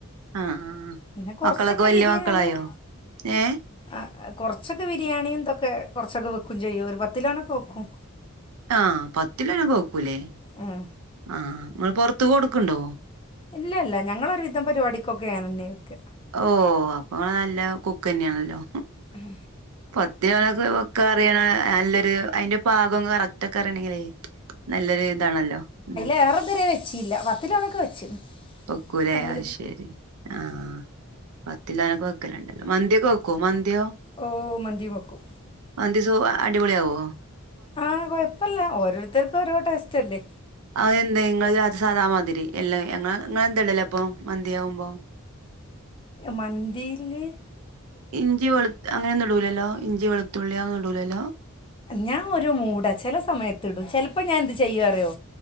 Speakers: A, on the right (about 85°); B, on the left (about 25°).
A: ആഹ്,
B: പിന്നെ കുറച്ചൊക്കെ
A: മക്കളൊക്കെ വല്യ
B: ബിരിയാണിയും
A: മക്കളായോ? ഏഹ്
B: ആഹ് കൊറച്ചൊക്കെ ബിരിയാണി എന്തൊക്കെ കൊറച്ചൊക്കെ വെക്കും ചെയ്യും ഒരു പത്ത് കിലോനൊക്കെ വെക്കും.
A: ആഹ്, പത്ത്കിലോനൊക്കെ വെക്കൂല്ലേ?
B: ഉം
A: ആഹ്, നിങ്ങള് പൊറത്ത് കൊടുക്ക്‌ണ്ടോ?
B: ഇല്ലല്ല ഞങ്ങളൊരുവിധം പരിപാടിക്കൊക്കെ ഞാൻ തന്നെ വെക്ക.
A: ഓഹ്, അപ്പൊ നല്ല കുക്ക് തന്നേണല്ലോ.
B: ഉം
A: പത്ത്കിലോനക്ക വെക്കാ അറിയണ നല്ലൊരു അയിന്റെ പാകൊക്കെ കറക്റ്റ് അറിയണെങ്കിലേ നല്ലൊരു ഇതാണല്ലോ. ഉം
B: വേറെന്ത്‌ര്? ച്ചില്ല. പത്തിലോനക്കെ വെച്ച്.
A: വെക്കൂലേ
B: ഞങ്ങൾ
A: അത് ശെരി. ആഹ്, പത്തിലോനക്ക വെക്കലുണ്ടല്ലോ. മന്തിയൊക്ക വെ ക്കൊ മന്തിയോ
B: ഓ മന്തിയും വെക്കും
A: മന്തി സു അടിപൊളി ആകൊ?
B: ആഹ് കൊയപ്പല്ല. ഓരോരുത്തർക്കും ഓരോ ടേസ്റ്റ്ല്ലേ.
A: അതെന്തേ നിങ്ങള് <unintelligible> സാധാമാതിരി എല്ലാം ഞങ്ങള് നിങ്ങ എന്തെല്ല എടുമപ്പോ മന്തിയാവുമ്പോ
B: മന്തീല്
A: ഇഞ്ചി വെളു അങ്ങനൊന്നും ഇടുല്ലല്ലോ. ഇഞ്ചി വെളുത്തുള്ളി അതൊന്നും ഇടൂല്ലല്ലോ.
B: ഞാൻ ഒരു മൂടാ ചെല സമയത്തിടും ചെലപ്പോ ഞാൻ എന്ത്‌ ചെയ്യാ അറിയോ